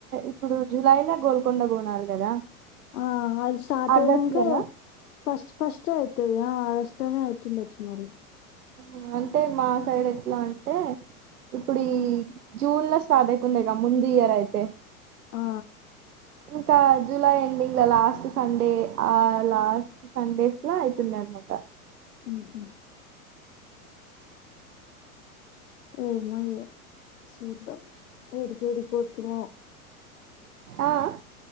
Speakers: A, on the right (about 80°); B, on the left (about 75°).
A: ఇప్పుడు జూలై లో గోల్కొండ బోనాలు కదా
B: ఆ అది స్టార్ట్
A: ఆగస్టు
B: అయినంక
A: లోనా
B: ఇగ ఫస్ట్ ఫస్ట్ స్ట్ అయితది ఆగస్టు లోనే అయితుంది చ్చు మరి
A: ఆ అంటే మా సైడ్ ఎట్లా అంటే ఇప్పుడు ఈ జూన్ లో స్టార్ట్ అయితుండే గా ముందు ఇయర్ అయితే
B: ఆ
A: ఇంకా జూలై ఎండింగ్ గ్ల లాస్ట్ సండే ఆ లాస్ట్ సండేస్ లో అయితుండె అనమాట
B: హ్మ్ హు ఏ మా సూతం ఏడిక ఏడి పోతుమ
A: ఆ ఆ